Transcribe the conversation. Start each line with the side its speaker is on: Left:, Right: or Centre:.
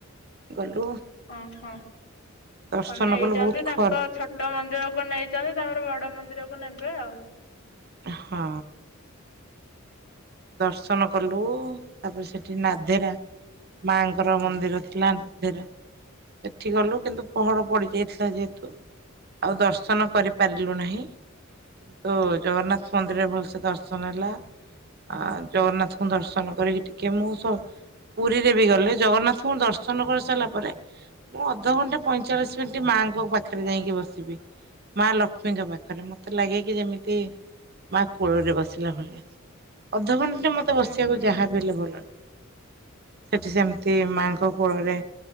Right: ଗଲୁ
Left: ଓହୋ।
Right: ଦର୍ଶନ
Left: ନେଇଛନ୍ତି
Right: କଲୁ ବହୁତ ଖର
Left: ତାଙ୍କ ଛୋଟ ମନ୍ଦିର କୁ ନେଇ ଛନ୍ତି, ତାପରେ ବଡ ମନ୍ଦିର କୁ ନେବେ ଆଉ।
Right: ହଁ। ଦର୍ଶନ କଲୁ। ତାପରେ ସେଠି ନାଧେରା ମା ଙ୍କର ମନ୍ଦିର ଥିଲା। ନାଧେରା। ସେଠି ଗଲୁ। କିନ୍ତୁ ପହଡ ପଡି ଯାଇଥିଲା, ଯେହେତୁ ଆଉ ଦର୍ଶନ କରିପାରିଲୁ ନାହିଁ କିନ୍ତୁ ଜଗନ୍ନାଥ ମନ୍ଦିରରେ, ଭଲସେ ଦର୍ଶନ ହେଲା। ଆ ଜଗନ୍ନାଥଙ୍କୁ ଦର୍ଶନ କରିକି, ଟିକେ ମୁଁ ସ ପୁରୀରେ ବି ଗଲେ। ଜଗନ୍ନାଥଙ୍କୁ ଦର୍ଶନ କରିସାରିଲା ପରେ, ମୁଁ ଅଧଘଣ୍ଟା ପଇଁଚାଳିଶ ମିନିଟ ମାଙ୍କ ପାଖରେ ଯାଇକି ବସିବି। ମା ଲକ୍ଷ୍ମୀଙ୍କ ପାଖରେ। ମତେ ଲାଗେ କି ଯେମିତି କି ମା କୋଳରେ ବସିଲା ଭଳିଆ। ଅଧଘଣ୍ଟେ ମତେ ବସିବାକୁ
Left: ଉଁ ହୁଁ
Right: ଯାହାବି ହେଲେ ଭଲ ଲା ସେଠି ସେମିତି ମାଙ୍କ କୋଳରେ